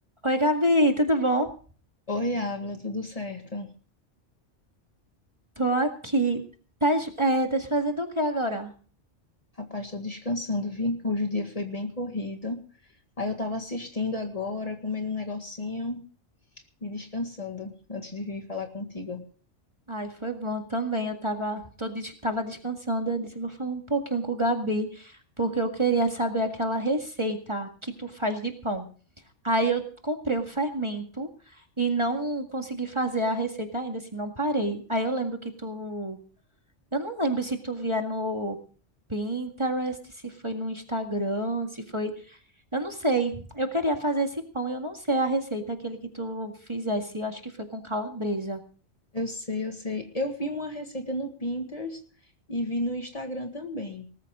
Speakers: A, on the right (about 25°); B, on the left (about 30°).
A: Oi, Gabi, tudo bom?
B: Oi, Ávila, tudo certo?
A: Tô aqui. Tás, é, tás fazendo o que agora?
B: Rapaz, tô descansando, vi? Hoje o dia foi bem corrido. Aí eu tava assistindo agora, comendo um negocinho e descansando antes de vir falar contigo.
A: Ai, foi bom também. Eu tava, tô, des- tava descansando. Eu disse, vou falar um pouquinho com o Gabi, porque eu queria saber aquela receita que tu faz de pão. Aí eu comprei o fermento e não consegui fazer a receita ainda, assim, não parei. Aí eu lembro que tu. Eu não lembro se tu via no Pinterest, se foi no Instagram, se foi. Eu não sei. Eu queria fazer esse pão e eu não sei a receita, aquele que tu fizesse. Acho que foi com calabresa.
B: Eu sei, eu sei. Eu vi uma receita no Pinterest e vi no Instagram também,